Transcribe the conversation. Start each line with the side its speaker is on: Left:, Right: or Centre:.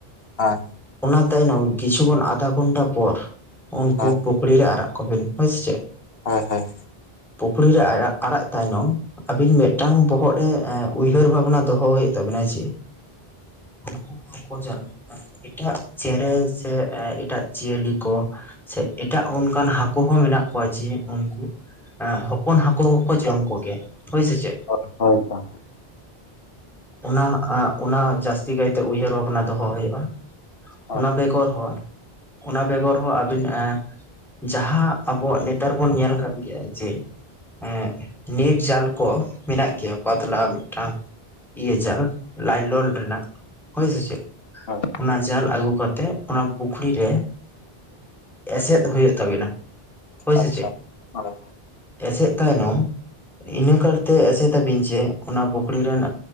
Left: ᱦᱳᱭ
Centre: ᱚᱱᱟ ᱛᱟᱭᱱᱚᱢ ᱠᱤᱪᱷᱩ ᱠᱷᱚᱱ ᱟᱫᱷᱟ ᱜᱷᱚᱱᱴᱟ ᱯᱚᱨ ᱩᱱᱠᱩ
Left: ᱦᱳᱭ
Centre: ᱯᱩᱠᱷᱨᱤ ᱨᱮ ᱚᱲᱟᱜ ᱠᱚᱵᱮᱱ ᱦᱳᱭ ᱥᱮ ᱪᱮᱫ
Left: ᱦᱮᱸᱦᱮᱸ
Centre: ᱯᱩᱠᱷᱨᱤ ᱨᱮ ᱟᱲᱟᱜ ᱛᱟᱭᱱᱚᱢ ᱟᱵᱤᱱ ᱢᱤᱫᱴᱟᱝ ᱵᱚᱦᱚᱜ ᱨᱮ ᱩᱭᱦᱟᱹᱨ ᱵᱷᱟᱵᱱᱟ ᱫᱚᱦᱚ ᱦᱩᱭᱩᱜ ᱛᱟᱵᱚᱱᱟ ᱡᱮ ᱩᱱᱠᱩ ᱦᱟᱠᱳ ᱡᱟ ᱼᱼ ᱮᱴᱟᱜ ᱪᱮᱬᱮ ᱥᱮ ᱮᱴᱟᱜ ᱡᱤᱭᱟᱹᱞᱤ ᱠᱚ ᱥᱮ ᱮᱴᱟᱜ ᱚᱱᱠᱟᱱ ᱦᱟᱹᱠᱳ ᱦᱚᱸ ᱢᱮᱱᱟᱜ ᱠᱚᱣᱟ ᱡᱮ ᱩᱱᱠᱩ ᱦᱚᱯᱚᱱ ᱦᱟᱠ ᱼᱼ ᱠᱳᱦᱚ ᱠᱚ ᱡᱚᱢ ᱠᱚᱜᱮᱭᱟ ᱦᱳᱭ ᱥᱮ ᱪᱮᱫ
Left: ᱚᱫ ᱦᱳᱭ ᱛᱟ
Centre: ᱚᱱᱟ ᱟ ᱚᱱᱟ ᱡᱟᱹᱥᱛᱤ ᱠᱟᱭᱛᱮ ᱩᱭᱦᱟᱹᱨ ᱵᱷᱟᱵᱽᱱᱟ ᱫᱚᱦᱚ ᱦᱩᱭᱩᱜᱼᱟ
Left: ᱦᱳᱭ
Centre: ᱚᱱᱟ ᱵᱮᱜᱚᱨ ᱦᱚᱸ ᱚᱱᱟ ᱵᱮᱜᱚᱨ ᱦᱚᱸ ᱟᱹᱵᱤᱱ ᱮ ᱡᱟᱦᱟᱸ ᱟᱵᱚᱣᱟᱜ ᱱᱮᱛᱟᱨ ᱵᱚᱱ ᱧᱮᱞ ᱠᱟᱫ ᱜᱮᱭᱟ ᱡᱮ ᱮᱸᱜ ᱱᱮᱴ ᱡᱟᱞ ᱠᱚ ᱢᱮᱱᱟᱜ ᱜᱮᱭᱟ ᱯᱟᱛᱞᱟ ᱢᱤᱫᱴᱟᱝ ᱤᱭᱟᱹ ᱡᱟᱞ ᱞᱟᱭᱞᱚᱱ ᱨᱮᱱᱟᱜ ᱦᱳᱭ ᱥᱮ ᱪᱮᱫ
Left: ᱦᱳᱭ
Centre: ᱚᱱᱟ ᱡᱟᱞ ᱟᱹᱜᱩ ᱠᱟᱛᱮᱫ ᱚᱱᱟ ᱯᱩᱠᱷᱨᱤ ᱨᱮ ᱮᱥᱮᱫ ᱦᱩᱭᱩᱜ ᱛᱟᱵᱤᱱᱟ ᱦᱳᱭ ᱥᱮ
Left: ᱟᱪᱪᱷᱟ
Centre: ᱪᱮᱫ
Left: ᱢᱟᱞᱮ
Centre: ᱮᱥᱮᱫ ᱛᱟᱭᱱᱚᱢ ᱤᱱᱟᱹ ᱠᱟᱨᱛᱮ ᱮᱥᱮᱫ ᱟᱹᱵᱤᱱ ᱡᱮ ᱚᱱᱟ ᱯᱩᱠᱷᱨᱤ ᱨᱮᱱ